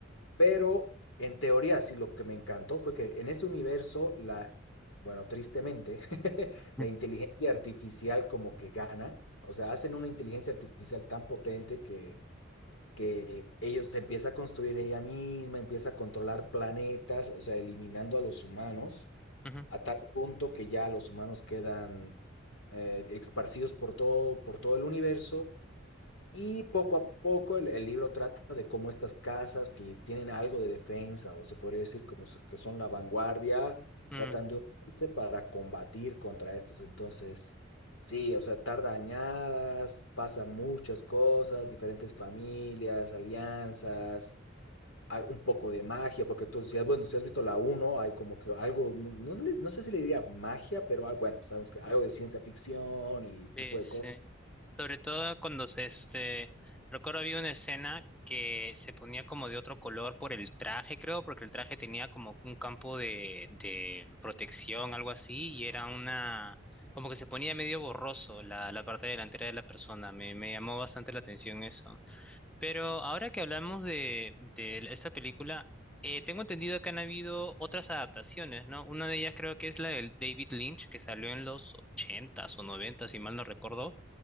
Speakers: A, on the left; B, in the centre.
A: Pero en teoría, sí, lo que me encantó fue que en ese universo, la, bueno, tristemente, <laughs>
B: <laughs>
A: la inteligencia artificial como que gana, o sea, hacen una inteligencia artificial tan potente que que ellos se empieza a construir ella misma, empieza a controlar planetas, o sea, eliminando a los humanos,
B: Ujú,
A: a tal punto que ya los humanos quedan eh, esparcidos por todo, por todo el universo y poco a poco el, el libro trata de cómo estas casas que tienen algo de defensa, o se podría decir como so- que son la vanguardia,
B: mm.
A: tratan de unirse para combatir contra estos. Entonces, sí, o sea, tarda añadas, pasan muchas cosas, diferentes familias, alianzas, hay un poco de magia, porque tú, si has, bueno, si has visto la uno hay como que algo, no, no le- no sé si le diría magia, pero ah, bueno, sabemos que algo de ciencia ficción y tipo
B: Sí,
A: de
B: sí.
A: cosas.
B: Sobre todo cuando se, este, recuerdo había una escena que se ponía como de otro color por el traje, creo, porque el traje tenía como un campo de, de protección, algo así, y era una, como que se ponía medio borroso la, la parte delantera de la persona. Me, me llamó bastante la atención eso. Pero ahora que hablamos de, de esta película, eh, tengo entendido que han habido otras adaptaciones, ¿no? Una de ellas creo que es la del David Lynch, que salió en los ochentas o noventas, si mal no recuerdo,